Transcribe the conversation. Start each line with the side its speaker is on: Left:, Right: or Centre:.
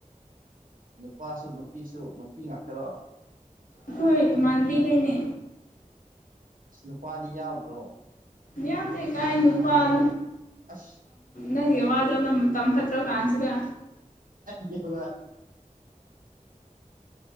Right: ꯅꯨꯄꯥꯁꯨ ꯅꯨꯄꯤꯁꯨ ꯅꯨꯄꯤ ꯉꯥꯛꯇꯔꯣ
Left: ꯑꯩꯈꯣꯏ ꯏꯃꯥꯟꯕꯤ ꯀꯩꯅꯦ
Right: ꯑꯁ ꯅꯨꯄꯥꯗꯤ ꯌꯥꯎꯗ꯭ꯔꯣ
Left: ꯌꯥꯝꯗ ꯀꯥꯏ ꯅꯨꯄꯝ
Right: ꯑꯁ
Left: ꯏ ꯌ ꯌꯥꯋꯥꯗ ꯅ ꯇꯝꯄꯇꯣ ꯀꯥꯟꯁꯤꯗ
Right: ꯏꯦꯗ